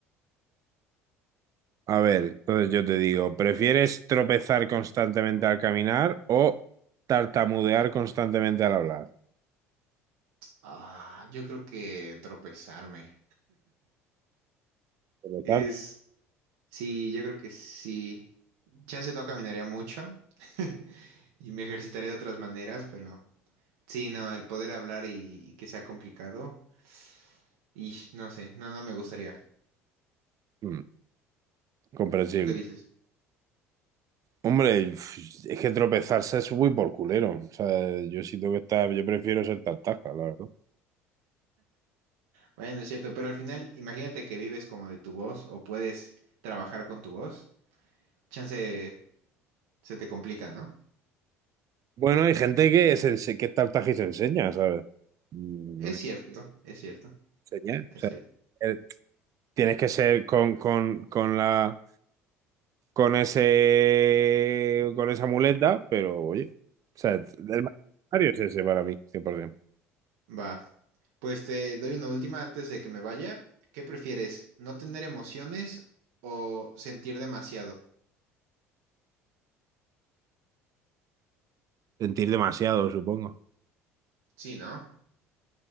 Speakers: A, on the right (about 50°); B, on the right (about 70°).
A: A ver, entonces yo te digo, ¿prefieres tropezar constantemente al caminar o tartamudear constantemente al hablar?
B: Ah, yo creo que tropezarme.
A: Tropezar,
B: Es, sí, yo creo que sí. Chance no caminaría mucho <laughs> y me ejercitaré de otras maneras, pero sí, no, el poder hablar y, y que sea complicado, y no sé, no, no me gustaría.
A: mm, comprensible.
B: ¿Tú qué dices?
A: Hombre, el- es que tropezarse es muy por culero. O sea, yo sí tengo que estar, yo prefiero ser tartaja, la verdad.
B: Bueno, es cierto, pero al final, imagínate que vives como de tu voz o puedes trabajar con tu voz. Chance se te complica, ¿no?
A: Bueno, hay gente que, se ense- que es tartaja y se enseña, ¿sabes? Mm,
B: Es
A: No
B: cierto, es cierto,
A: enseña. O
B: es
A: sea,
B: cierto.
A: eh, tienes que ser con, con, con la con ese con esa muleta, pero oye. O sea, el Mario es ese para mí, 100%.
B: Va. Pues te doy una última antes de que me vaya. ¿Qué prefieres? ¿No tener emociones o sentir demasiado?
A: Sentir demasiado, supongo.
B: Sí, ¿no?